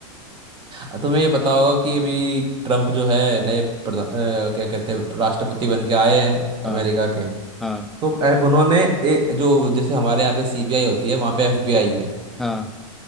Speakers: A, on the right (about 30°); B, in the centre.
A: अ, तुम्हें ये पता होगा कि अभी ट्रम्प जो है नए प्रधा- अ, क्या कहते हैं राष्ट्रपति बन के आए हैं
B: हाँ
A: अमेरिका के
B: हाँ
A: तो ए- उन्होंने ए, जो जैसे हमारे यहाँ पे सीबीआई होती है वहाँ पे एफबीआई है
B: हाँ